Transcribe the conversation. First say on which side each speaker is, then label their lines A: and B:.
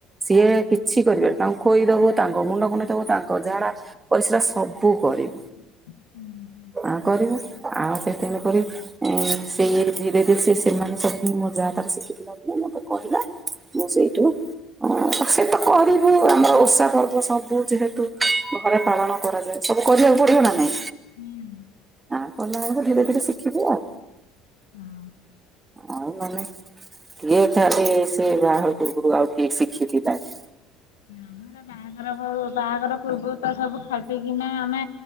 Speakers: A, on the right; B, on the left.
A: ସିଏ କିଛି କରିବେନି ତାଙ୍କୁ ଖୋଇଦବୁ ତାଙ୍କ ମୁଣ୍ଡ କୁଣ୍ଡେଇଦବୁ ତାଙ୍କ ଝାଡା ପରିଶ୍ରା ସବୁ କରିବୁ।
B: <inaudible>
A: ଆଉ କରିବୁ ଆଉ ସେଇଥିରେ କରି ସେଇ ଇଏରେ ଧୀରେ ଧୀରେ ସେ ସେମାନେ ସବୁ ମୋ ଯାଆ ତାର ଶିଖିଥିଲା ସିଏ ମତେ କହିଲା। ମୁଁ ସେଇଠୁ ହଁ ସେ ତ କରିବୁ ଆମର ଓଷା ପର୍ବ ସବୁ ଯେହେତୁ ଘରେ ପାଳନ କରାଯାଏ। ସବୁ କରିବାକୁ ପଡିବ ନା ନାଇଁ।
B: ହୁଁ।
A: ଆଁ କଲାବେଳକୁ ଧୀରେ ଧୀରେ ଶିଖିବବୁ ଆଉ।
B: ହଁ।
A: ଆଉ ମାନେ କିଏ ଖାଲି ସେ ବାହାଘର ପୂର୍ବରୁ ଆଉ କିଏ ଶିଖିକି ଯାଏ।
B: ଆମର ବାହାଘର ବାହାଘର ପୂର୍ବରୁ ତ ସବୁ ଖଟି କିନା ଆମେ